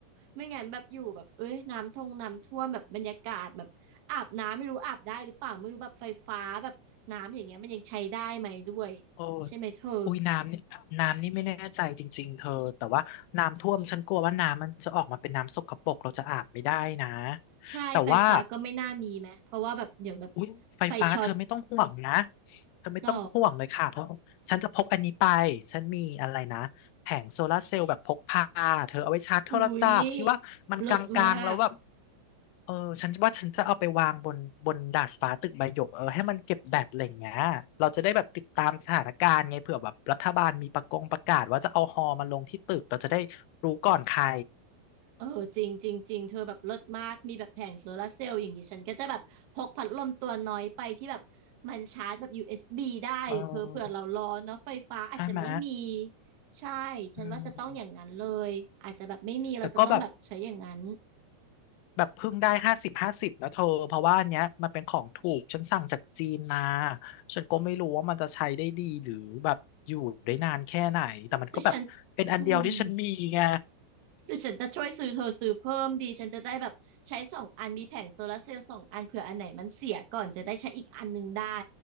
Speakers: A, on the right (about 75°); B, on the left (about 90°).
A: ไม่งั้นแบบอยู่แบบเอ้ยน้ำท่วมน้ำท่วมแบบบรรยากาศแบบอาบน้ำไม่รู้อาบได้หรือเปล่าไม่รู้แบบไฟฟ้าแบบน้ำอย่างเงี้ยมันยังใช้ได้ไหมด้วย
B: โอ้ย
A: ใช่ไหมเธอ
B: อุ้ยน้ำนี่น้ำนี่ไม่แน่ใจจริงๆเธอแต่ว่าน้ำท่วมฉันกลัวว่าน้ำมันจะออกมาเป็นน้ำสกปรกเราจะอาบไม่ได้นะ
A: ใช่ไฟฟ้าก็ไม่น่ามีไหมเพราะว่าแบบเดี๋ยวแบบ
B: แต่ว่าอุ้ยไฟฟ้าเธอไม่ต้องห่วงนะ
A: ไฟช็อต
B: เธอไม่ต้องห่วงเลยค่ะเพราะฉันจะพกอันนี้ไปฉันมีอะไรนะแผงโซลาร์เซลล์แบบพกพาเธอเอาไว้ชาร์จโทรศัพท์ที่ว่ามันกลางๆแล้วแบบ
A: หรออุ๊ยเลิศมาก
B: เออฉันว่าฉันจะเอาไปวางบนบนดาดฟ้าตึกใบหยกเออให้มันเก็บแบตอะไรอย่างเงี้ยเราจะได้แบบติดตามสถานการณ์ไงเผื่อแบบรัฐบาลมีประกงประกาศว่าจะเอาฮอมาลงที่ตึกเราจะได้รู้ก่อนใคร
A: เออจริงจริงจริงเธอแบบเลิศมากมีแบบแผงโซลาร์เซลล์อย่างนี้ฉันก็จะแบบพกพัดลมตัวน้อยไปที่แบบมันชาร์จแบบ USB ได้เดเธอเผื่อเราร้อนเนาะไฟฟ้าอาจจะไม่มี
B: เออใช่ไหม
A: ใช่ ฉันว่าจะต้องอย่างนั้นเลย
B: อืม
A: อาจจะแบบไม่มีเราจะต้องแบบใช้อย่างนั้น
B: แต่ก็แบบแบบเพิ่งได้ห้าสิบห้าสิบนะเธอเพราะว่าอันเนี้ยมันเป็นของถูกฉันสั่งจากจีนมาฉันก็ไม่รู้ว่ามันจะใช้ได้ดีหรือแบบอยู่ได้นานแค่ไหนแต่มันก็แบบเป็นอันเดียวที่ฉันมีไง
A: คือฉันอืม หรือฉันจะช่วยซื้อเธอซื้อเพิ่มดีฉันจะได้แบบใช้สองอันมีแผงโซลาร์เซลล์สองอันเผื่ออันไหนมันเสียก่อนจะได้ใช้อีกอันหนึงได้